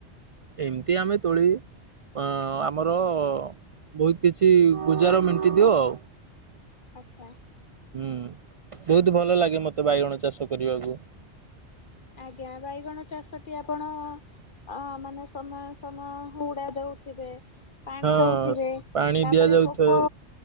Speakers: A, on the right; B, on the left.
A: ଏମିତି ଆମେ ତୋଳି ଅ ଆମର ବହୁତ କିଛି ଗୁଜାର ମେଣ୍ଟି ଦିଅ ଆଉ।
B: ଆଚ୍ଛା।
A: ହୁଁ ବହୁତ ଭଲ ଲାଗେ ମତେ ବାଇଗଣ ଚାଷ କରିବାକୁ।
B: ଆଜ୍ଞା ବାଇଗଣ ଚାଷଟି ଆପଣ ଅ ମାନେ ସମୟ ସମୟ ହୁଡା ଦଉଥିବେ, ପାଣି
A: ହଁ
B: ଦଉଥିବେ,
A: ପାଣି
B: ତାପରେ
A: ଦିଆଯାଉଥାଏ।
B: ପୋକ